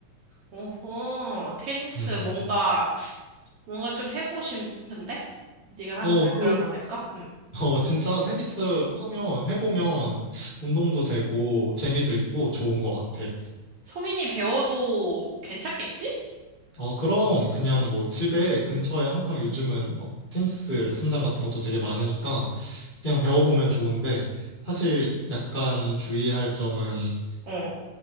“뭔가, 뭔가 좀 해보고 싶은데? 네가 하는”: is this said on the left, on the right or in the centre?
Right